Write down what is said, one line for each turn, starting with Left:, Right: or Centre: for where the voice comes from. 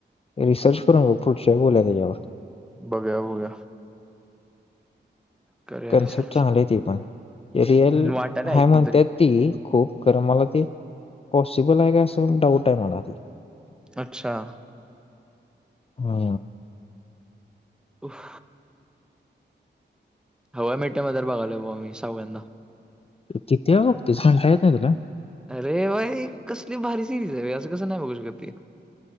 Left: रिसर्च करून बघ फूटच्यााहीब बोला त्याच्यावर
Centre: बघूया बघूया करूया
Left: कन्सेप्ट
Centre: रिसर्च
Left: चांगले आहे ते पण रियल
Centre: वाटायला ऐकून
Left: हाय म्हणत
Centre: तरी
Left: ती खूप खरं मला ती पॉसिबल आहे काय असं पण डाऊट आहे मला आधी
Centre: अच्छा
Left: हा
Centre: उफ ह मीठट्या मध्येर बघायला ब मी सावगंदा
Left: किती आहे बघतीस म्हणता येत नाही तुला
Centre: अरे भाई कसली भारी सिरीजवे असं कसं नाही बघू शकत ती